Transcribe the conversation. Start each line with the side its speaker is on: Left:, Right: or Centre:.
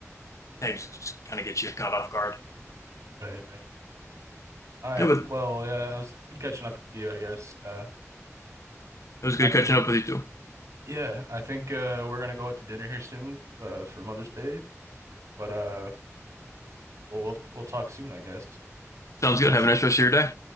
Left: I just kind of get you caught off guard.
Right: Right, right. All right.
Left: Yeah, but it
Right: Well, yeah, it was good catching up with you, I guess. Uh
Left: was good
Right: I think
Left: catching up with you too.
Right: Yeah, I think uh we're gonna go out to dinner here soon, uh for Mother's Day. But uh we'll we'll we'll talk soon, I guess. So
Left: Sounds good.
Right: yes.
Left: Have a nice rest of your day.